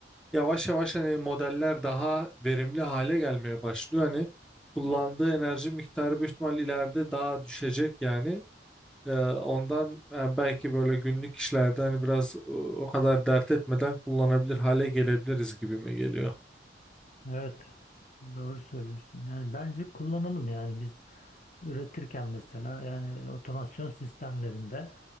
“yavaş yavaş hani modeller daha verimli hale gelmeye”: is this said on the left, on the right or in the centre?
Centre